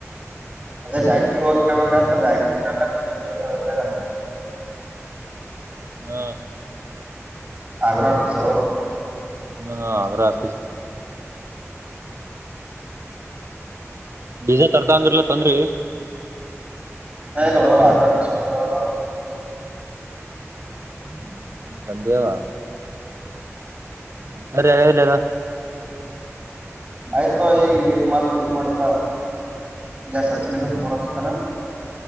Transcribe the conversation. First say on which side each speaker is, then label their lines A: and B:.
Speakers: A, on the right; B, on the right.
A: ಅ ಬ್ಯಾಂಕ ಹೂಗಿ ಕೇಳ್ಬೇಕು <inaudible>
B: ಹ್ಮ
A: ಹ್ಯಾಗ್ರೊ ಅಫಿಸು
B: ಹ್ಮ ಹಾ ಆಗ್ರ ಆಫೀ ಬಡೀಸೆ ತರ್ತ ಅಂಗ್ರಲ ತಂದ್ರರಿ
A: ಹಲೋ ಆಗ್ರ ಪೂಷ್ಪತವ <inaudible>
B: ಮಧ್ಯವ ಅ ಅರಲ್ಲ ಅಾ
A: ಆಯ್ತೋ ಈಗಗ ಇದ ಮಾತ್ ಇದ ಮಾಡ್ತ ಜಾ ಸಾಚಿನತ ಪಕ